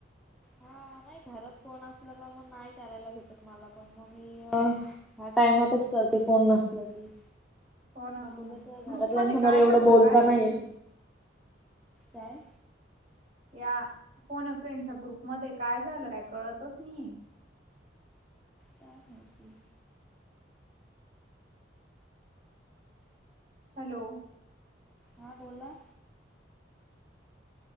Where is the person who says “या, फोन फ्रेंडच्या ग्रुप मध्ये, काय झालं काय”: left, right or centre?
Right